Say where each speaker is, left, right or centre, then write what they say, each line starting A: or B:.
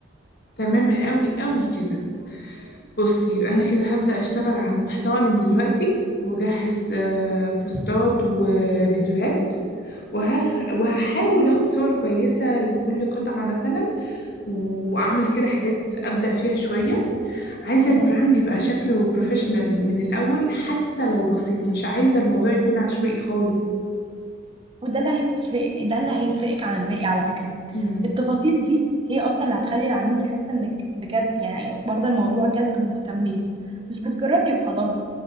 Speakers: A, on the left (about 50°); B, on the right (about 25°).
A: تمام قوي قوي كده بصي يبقى انا كده هبدأ اشتغل على المحتوى من دلوقتي واجهز آه، بوستات وفيديوهات وه... وهحاول اخد صور كويسة لكل قطعة مثلا واعمل كده حاجات ابدع فيها شوية عايزة
B: سايت
A: البراند يبقى شكله بروفيشنال من الاول حتى لو بسيط مش عايزة الموضوع يكون عشوائي خالص
B: وده اللي هيفرق ده اللي هيفرقك عن الباقي على فكرة
A: امم
B: التفاصيل دي هي اصلا اللي هتخلي العميل يحس انك بجد يعني واخدة الموضوع جد ومهتمية مش بتجربي وخلاص